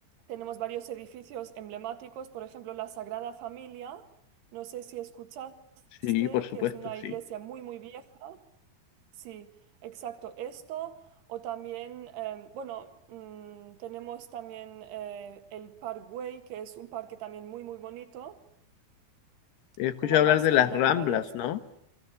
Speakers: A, on the right; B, on the left.
A: tenemos varios edificios emblemáticos, por ejemplo, la Sagrada Familia, no sé si escuchaste,
B: Sí, por supuesto,
A: que es una iglesia
B: sí.
A: muy, muy vieja. Sí, exacto. Esto o también, em, bueno, mm, tenemos también eh, el Parkway, que es un parque también muy, muy bonito,
B: He escuchado
A: como
B: hablar
A: más
B: de
A: de
B: las
A: naturaleza.
B: Ramblas, ¿no?